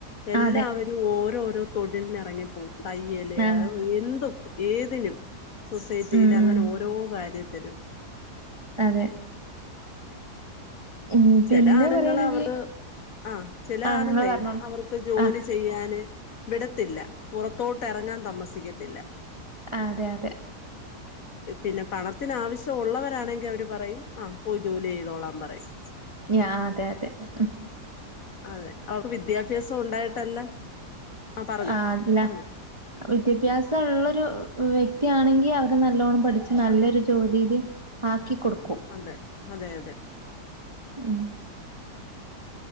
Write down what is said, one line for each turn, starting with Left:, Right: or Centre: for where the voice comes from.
Left: എല്ലാവരും
Right: അതെ
Left: ഓരോരോ തൊഴിലിനിറങ്ങിപ്പോകും തയ്യല്
Right: ആഹ്
Left: അ എന്തും ഏതിനും സൊസൈറ്റിയില്
Right: ഉം
Left: അങ്ങനെ
Right: ഉം
Left: ഓരോ കാര്യ ത്തിനും
Right: അതെ ഉം
Left: ചില
Right: പിന്നെ
Left: ആണുങ്ങള്
Right: പറയാണെങ്കി
Left: അവർ ആ ചില
Right: ആഹ്
Left: ആണുങ്ങളെ
Right: നിങ്ങള് പറഞ്ഞോളൂ
Left: അവർക്ക് ജോലി
Right: ആഹ്
Left: ചെയ്യാന് വിടത്തില്ല പുറത്തോട്ട് എറങ്ങാൻ തമസിക്കത്തില്ല
Right: അതെ അതെ
Left: പിന്നെ പണത്തിന് ആവശ്യം ഉള്ളവരാണെങ്കി അവര് പറയും ആ പോയി ജോലി ചെയ്തോളാൻ പറയും
Right: ങ്ങ്യാ അതെ അതെ ഉം
Left: അതെ അവർക്ക് വിദ്യാഭ്യാസം ഉണ്ടായിട്ടല്ല ആഹ് പറഞ്ഞു
Right: ആ അല്ല
Left: പറഞ്ഞു
Right: വിദ്യാഭ്യാസം ഒള്ളൊരു വ്യക്തിയാണെങ്കി അവര് നല്ലോണ്ണം പഠിച്ച് നല്ലൊരു ജോലിയില് ആക്കി കൊടുക്കും
Left: അതെ അതെ അതെ
Right: ഉം